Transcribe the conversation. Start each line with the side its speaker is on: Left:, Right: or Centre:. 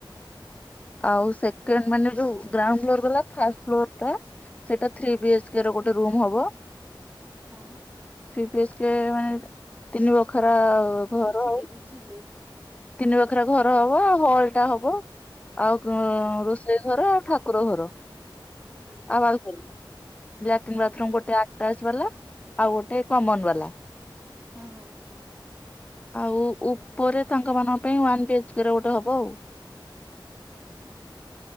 Left: ଆଉ ସେକଣ୍ଡ ମାନେ ଯୋଉ ଗ୍ରାଉଣ୍ଡ ଫ୍ଲୋର ଗଲା ଫାଷ୍ଟ ଫ୍ଲୋର ଟା। ସେଇଟା ଥ୍ରୀ ବି ଏଚ କେ ର ଗୋଟେ ରୁମ ହବ।
Right: ହଁ।
Left: ଥ୍ରି ବି ଏଚ କେ ମାନେ ତିନି ବଖରା ଘର
Right: ଝିଲି ବୁଝିଲି।
Left: ତିନି ବଖରା ଘର
Right: ହଁ
Left: ହବ ଆଉ ହଲ ଟା ହବ ଆଉ ଉ
Right: ହୁଁ
Left: ରୋଷେ ସେଇ ଘର ଠାକୁର ଘର
Right: ହୁଁ
Left: ଆଉ ବାଲକୋନୀ ଲାଟିନ୍
Right: ହୁଁ।
Left: ବାଥରୁମ୍ ଗୋଟେ ଆଟା ଟାଜ୍ ବାଲା ଆଉ ଗୋଟେ କମନ ବାଲା।
Right: ଓ ହଁ।
Left: ଆଉ ଉପରେ ତାଙ୍କ ମାନଙ୍କ ପାଇଁ ୱାନ ବି ଏଚ କେ ର ଗୋଟେ ହବ ଆଉ।
Right: ଆଛା।